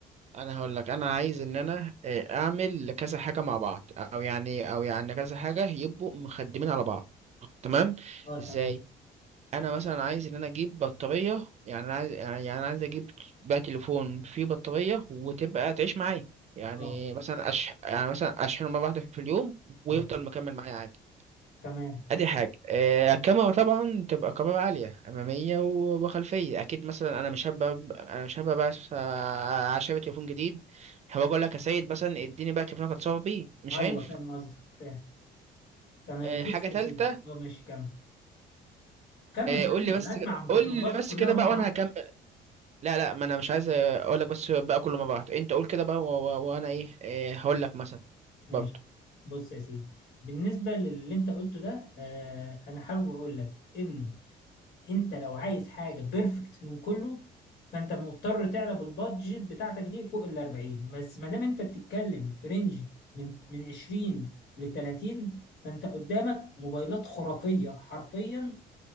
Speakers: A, on the right; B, on the left.
A: انا هقول لك انا عايز ان انا آه، اعمل كذا حاجة مع بعض او يعني او يعني كذا حاجة يبقوا مخدمين على بعض تمام
B: اه تمام
A: ازاي انا مثلا عايز ان انا اجيب بطاريه يعني انا عايز يعني انا عايز اجيب بقى تليفون فيه بطاريه وتبقى تعيش معايا يعني
B: اه
A: مثلا أش... يعني مثلا اشحنه مره واحده في اليوم ويفضل
B: اه
A: مكمل معايا عادي
B: تمام
A: ادي حاجه آه، الكاميرا طبعا تبقى كاميرا عاليه اماميه و- وخلفيه اكيد مثلا انا مش هبقى انا مش هبقى بس آه، عشان تليفون جديد هبقى اقول لك يا سيد مثلا اديني بقى تليفونك اتصور بيه مش
B: ايوه
A: هينفع
B: فاهم قصدك فاهم تمام
A: آه،
B: بص
A: حاجه
B: يا
A: ثالثه
B: سيدي اه ماشي كمل كمل
A: قول
B: كمل
A: لي بس
B: اسمع متطلباتك
A: قول لي بس
B: كلها
A: كده
B: مره
A: بقى وانا
B: واحده
A: هكمل لا لا ما انا مش عايز اقول لك بس بقى كله ما بعد انت قول كده بقى و- و- وانا ايه, إيه هقول لك مثلا
B: ماشي
A: برضه
B: بص يا سيدي بالنسبه للي انت قلته ده آه انا حابب اقول لك انه انت لو عايز حاجه بيرفكت من كله فانت مضطر تعلى بالبادجت بتاعتك دي فوق ال 40 بس ما دام انت بتتكلم في رينج من من 20 ل 30 فانت قدامك موبايلات خرافيه حرفيا